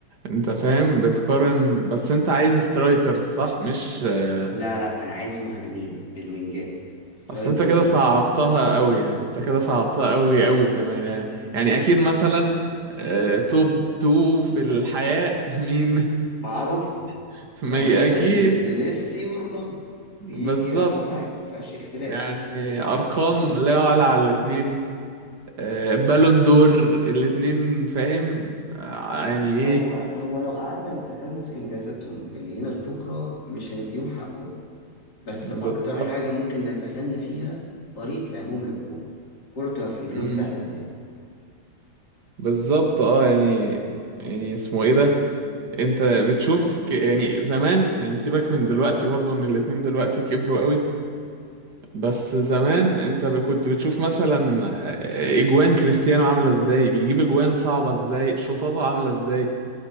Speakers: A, on the right; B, on the left.
A: انت فاهم بتقارن بس انت عايز سترايكرز صح مش آه،
B: لا لا انا عايز مهاجمين بالوينجات سترايكرز
A: اصل انت كده
B: ومهاجمين
A: صعبتها قوي يعني انت كده صعبتها قوي قوي كمان يعني يعني اكيد مثلا آه، توب تو في الحياة <laughs> مين
B: معروفة
A: <laughs> ما
B: هنبدأ
A: ي- اكيد
B: بال- بميسي ورونالدو
A: بالظبط
B: دي دي انا معاك ما فيهاش اختلاف
A: يعني ارقام
B: و- و-
A: لا يعلى على الاتنين آه، بالون دور الاتنين فاهم آه، يعني ايه
B: هو هو لو قعدنا نتغنى في انجازاتهم من هنا لبكرة مش هنديهم حقهم بس
A: بالظبط
B: اكتر حاجة ممكن نتغنى فيها طريقة لعبهم للكورة الكورة بتبقى في رجلهم
A: امم
B: سهلة ازاي
A: بالظبط اه يعني يعني اسمه ايه ده انت بتشوف ك... يعني زمان يعني سيبك من دلوقتي برضو ان الاتنين دلوقتي كبروا قوي بس زمان انت ب- كنت بتشوف مثلا آه، اجوان كريستيانو عاملة ازاي بيجيب اجوان صعبة ازاي شطاطة عاملة ازاي